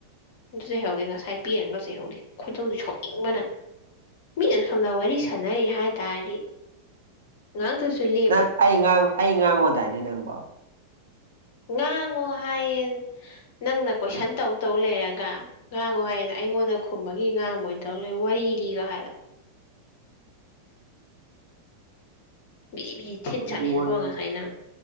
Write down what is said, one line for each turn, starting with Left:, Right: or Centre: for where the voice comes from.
Left: ꯑꯃꯨꯛꯇ ꯆꯩꯍꯧꯒꯦ ꯉꯁꯥꯏ ꯄꯦꯅꯒ ꯆꯩꯍꯧꯗꯦ ꯈꯣꯏꯗꯧꯁꯦ ꯁꯥꯎꯅꯤꯡꯕꯅ ꯃꯤꯅ ꯁꯣꯝꯗ ꯋꯥꯔꯤ ꯁꯥꯟꯅꯔꯤ ꯍꯥꯏ ꯇꯥꯔꯗꯤ ꯅꯥꯍꯥꯛꯇꯁꯨ ꯂꯤ
Right: ꯅꯪ ꯑꯩꯥ ꯉꯥꯡ ꯑꯩ ꯉꯥꯡꯉꯣꯗꯥꯏꯅꯦ ꯅꯪꯕꯣ
Left: ꯉꯥꯡꯉꯣ ꯍꯥꯏꯌꯦ ꯅꯪꯅ ꯀꯣꯏꯁꯟ ꯇꯧ ꯇꯧ ꯂꯩꯔꯒ ꯉꯥꯡꯉꯣ ꯍꯥꯏꯌꯦꯅ ꯑꯩꯉꯣꯟꯗ ꯈꯨꯝꯕꯒꯤ ꯉꯥꯕ ꯑꯣꯏꯅ ꯇꯧꯔ ꯂꯩꯔꯦ ꯋꯥꯔꯤ ꯂꯤꯌꯣ ꯍꯥꯏꯕ ꯕꯤꯔꯤ ꯕꯤꯔꯤ ꯊꯤꯠ
Right: ꯀꯔꯤ
Left: ꯆꯥꯠꯅꯤꯀꯣ
Right: ꯋꯥꯔꯤꯅꯣ
Left: ꯉꯁꯥꯏ ꯅꯪ